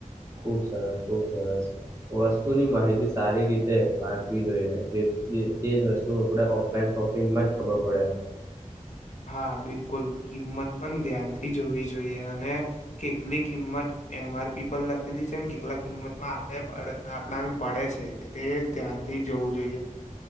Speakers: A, on the right (about 20°); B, on the left (about 60°).
A: ખુબ સરસ, ખુબ સરસ વસ્તુની માહિતી સારી રીતે વાંચવી જોઈએ, જે તે જ વસ્તુ આપડે ઓફલાઈન શોપિંગમાં જ ખબર પડે.
B: હા, બિલકુલ કિંમત પણ ધ્યાનથી જોવી જોઈએ અને કેટલી કિંમત એમ. આર. પી પર લખેલી છે ને કેટલાક કિંમતમાં આપણે આપણાને પડે છે. તે ધ્યાનથી જવું જોઈએ.